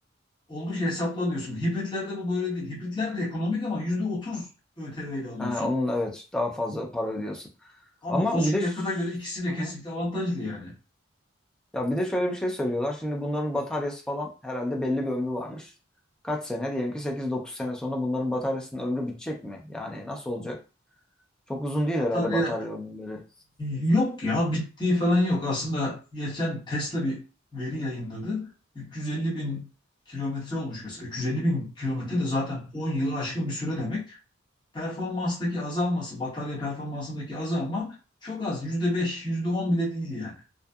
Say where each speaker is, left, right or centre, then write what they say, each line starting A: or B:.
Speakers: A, on the left; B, in the centre.
A: oldukça hesaplı alıyorsun. Hibritlerde bu böyle değil. Hibritler de ekonomik ama %30 ÖTV ile alıyorsun.
B: Ha, onun evet daha fazla para ödüyorsun.
A: Ama
B: Ama
A: fosil
B: bir de
A: yakıta
B: ş-
A: göre ikisi de
B: Aha.
A: kesinlikle avantajlı yani.
B: Ya bir de şöyle bir şey söylüyorlar. Şimdi bunların bataryası falan herhalde belli bir ömrü varmış. Kaç sene? Diyelim ki sekiz dokuz sene sonra bunların bataryasının ömrü bitecek mi? Yani nasıl olacak? Çok uzun değil
A: Batarya
B: herhalde batarya ömürleri.
A: Yok ya bittiği falan yok. Aslında geçen Tesla bir veri yayınladı. 350 bin kilometre olmuş mesela. 350 bin kilometre de zaten 10 yılı aşkın bir süre demek. Performanstaki azalması, batarya performansındaki azalma çok az. yüzde beş yüzde on bile değil yani.